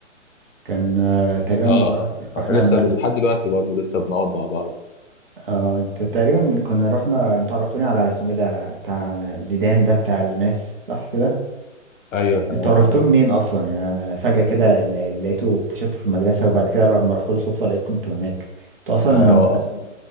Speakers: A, on the right; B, on the left.
A: كان آه، تقريبا
B: اه
A: بنروح
B: اه
A: رحنا
B: احنا لسه لحد دلوقتي برضه لسه بنقعد مع بعض
A: اه انت تقريبا كنا رحنا انتوا عرفتوني على اسمه ايه ده بتاع زيدان ده بتاع الماس صح كده
B: ايوه تمام
A: انتوا عرفتوه
B: اه
A: منين اصلا يعني انا فجأة كده ل- لقيته اكتشفته في المدرسة وبعد كده لما رحت له صدفة لقيتكم انتوا هناك انتوا اصلا
B: آه، هو اصلا